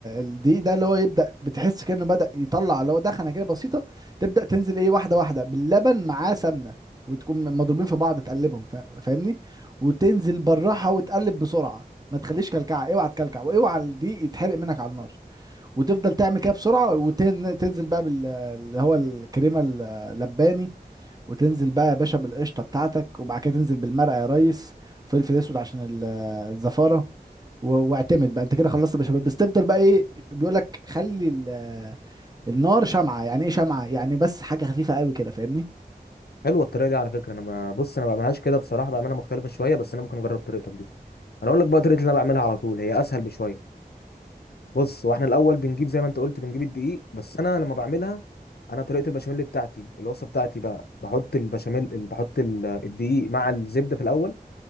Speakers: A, on the right; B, on the left.
A: الدقيق ده اللي هو يبدأ بتحس كأنه بدأ يطلع اللي هو دخنة كده بسيطة تبدأ تنزل ايه واحدة واحدة باللبن معاه سمنة وتكون مضروبين في بعض تقلبهم فا- فاهمني وتنزل بالراحة وتقلب بسرعة ما تخليش كلكعة اوعى تكلكع واوعى الدقيق يتحرق منك على النار وتفضل تعمل كده بسرعة وتنزل بقى بال اللي هو الكريمة اللباني وتنزل بقى يا باشا بالقشطه بتاعتك وبعد كده تنزل بالمرقه يا ريس فلفل اسود عشان ال- الزفاره و- واعتمد بقى انت كده خلصت بشاميل بس تفضل بقى ايه بيقول لك خلي ال- النار شمعه يعني ايه شمعه يعني بس حاجه خفيفه قوي كده فاهمني
B: حلوه الطريقه دي على فكره انا ما... بص انا ما بعملهاش كده بصراحه بعملها مختلفه شويه بس انا ممكن اجرب طريقتك دي انا اقول لك بقى طريقه اللي انا بعملها على طول هي اسهل بشويه بص واحنا الاول بنجيب زي ما انت قلت بنجيب الدقيق بس انا لما بعملها انا طريقه البشاميل بتاعتي الوصفه بتاعتي بقى بحط البشاميل ال- بحط ال- الدقيق مع الزبده في الاول